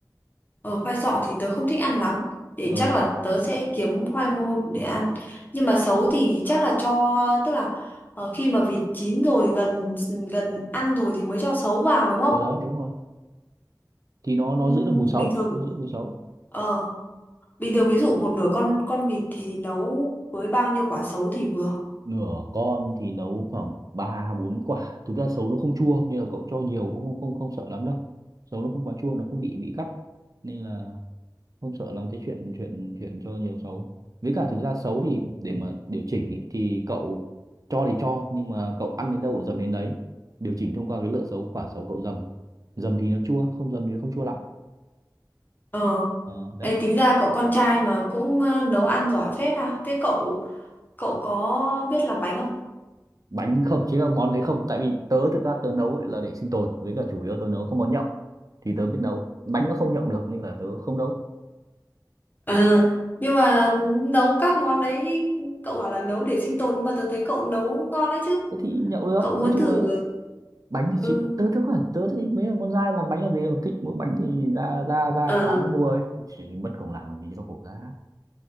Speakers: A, on the left (about 25°); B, on the right (about 50°).
A: Ờ, khoai sọ thì tớ không thích ăn lắm để
B: ờ
A: chắc là tớ sẽ kiếm khoai môn để ăn nhưng mà sấu thì chắc là cho tức là ờ, khi mà vịt chín rồi gần gần ăn rồi thì mới cho sấu vào đúng không
B: ở đấy đúng rồi thì nó nó
A: Ừm,
B: giữ được mùi sấu
A: bình thường
B: nó giữ mùi sấu
A: ờ, bình thường ví dụ một nửa con con vịt thì nấu với bao nhiêu quả sấu thì vừa
B: nửa con thì nấu khoảng ba bốn quả thực ra sấu nó không chua nên là cậu cho nhiều cũng không không không sợ lắm đâu sấu nó không quá chua nó không bị bị gắt nên là không sợ làm cái chuyện chuyện chuyện cho nhiều xấu với cả thực ra xấu thì để mà điều chỉnh ý, thì cậu cho thì cho nhưng mà cậu ăn đến đâu cậu dầm đến đấy điều chỉnh thông qua cái lựa xấu quả xấu cậu dầm dầm thì nó chua không dầm thì nó không chua lắm
A: ờ
B: Ờ, đấy
A: Ê, tính ra cậu con trai mà cũng ờ, nấu ăn giỏi phết à thế cậu cậu có biết làm bánh không
B: bánh không chứ không món đấy không tại vì tớ thực ra tớ nấu ấy là để sinh tồn với cả chủ yếu tớ nấu các món nhậu thì tớ biết nấu bánh nó không nhậu được nên là tớ không nấu
A: Ờ, nhưng mà nấu các món đấy cậu bảo là nấu để sinh tồn nhưng mà tôi thấy cậu nấu ngon đấy chứ
B: tớ thì nhậu được
A: cậu muốn
B: nói chung
A: thử
B: là bánh thì
A: ừ.
B: chịu tớ tớ khoảng tớ thấy mấy con dai làm bánh làm gì đâu thích mua bánh thì ra ra ra
A: Ờ,
B: quán mua ấy chỉ mất công làm làm gì cho nó khổ ra